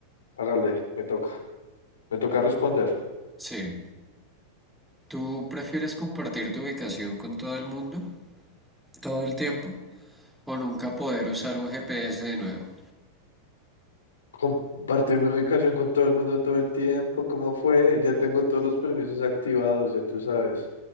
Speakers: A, on the left; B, in the centre.
A: Hágale, me toca. Me toca responder.
B: sí. ¿Tú prefieres compartir tu ubicación con todo el mundo todo el tiempo o nunca poder usar un GPS de nuevo.
A: Compartir mi ubicación con todo el mundo todo el tiempo. ¿Cómo fue? Ya tengo todos los permisos activados, ya tú sabes.